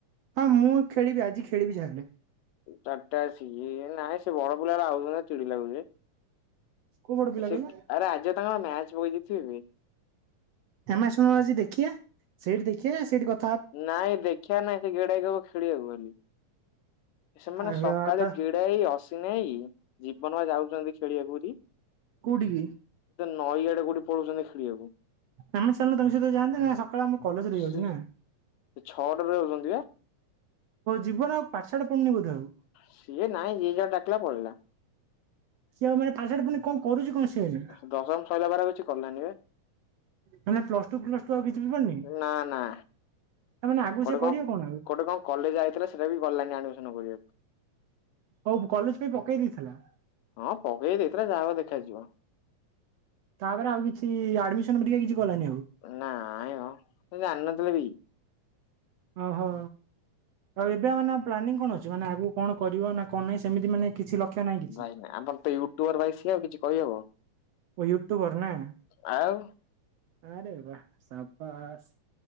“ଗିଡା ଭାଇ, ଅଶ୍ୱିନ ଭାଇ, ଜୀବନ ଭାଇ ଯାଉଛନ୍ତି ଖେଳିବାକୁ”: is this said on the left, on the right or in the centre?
Left